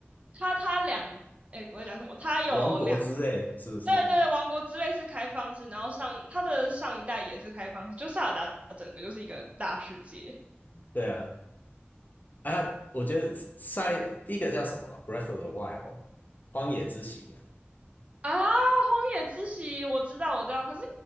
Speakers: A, on the right; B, on the left.
A: 他他两，哎，我在讲什么？他有两，
B: 王国之泪，是不是？
A: 对对对王国之泪是开放式，然后上他的上一代也是开放式，就萨尔达整个就是一个大世界
B: 对啊，啊，我觉得塞第一个叫什么 b r e a t h of the Wild》荒野之息，
A: 啊。荒野之息我知道我知道，可是